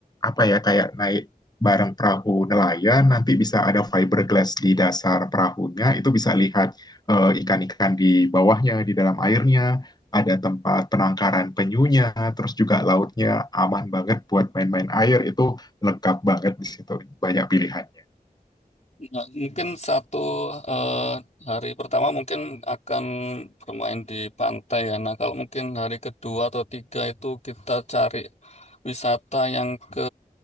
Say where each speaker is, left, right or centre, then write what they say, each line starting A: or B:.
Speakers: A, on the left; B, on the left.
A: apa ya kayak naik bareng perahu nelayan, nanti bisa ada fiberglass di dasar perahunya, itu bisa lihat eh, ikan-ikan di bawahnya, di dalam airnya, ada tempat penangkaran penyunya, terus juga lautnya aman banget buat main-main air, itu lengkap banget di situ, banyak pilihan.
B: Nah, mungkin satu eh, hari pertama mungkin akan bermain di pantai ya. Nah, kalau mungkin hari kedua atau tiga itu kita cari wisata yang ke